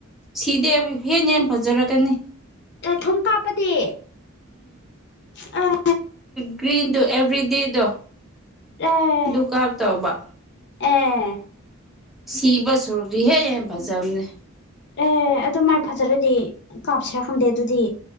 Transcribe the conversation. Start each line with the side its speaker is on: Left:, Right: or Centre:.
Centre: ꯁꯤꯗꯤꯦ ꯍꯦꯟꯅꯦꯝ ꯐꯖꯔꯛꯀꯅꯤ
Left: ꯊꯨꯝ ꯀꯥꯞꯄꯗꯤ ꯑꯥ
Centre: ꯀꯀ꯭ꯔꯤꯟꯗꯨꯣ ꯑꯦꯚ꯭ꯔꯤꯗꯦꯗꯣ
Left: ꯑꯦ
Centre: ꯗꯨꯀꯥꯞ ꯇꯧꯕ
Left: ꯑꯦ
Centre: ꯁꯤꯕ ꯁꯨꯔꯨꯁꯤ ꯍꯦꯛ ꯌꯥꯝ ꯐꯖꯕꯅꯦ
Left: ꯑꯦ ꯑꯗꯨ ꯃꯥꯏ ꯐꯖꯔꯗꯤ ꯀꯥꯞꯁꯤꯔ ꯈꯪꯗꯦ ꯑꯗꯨꯗꯤ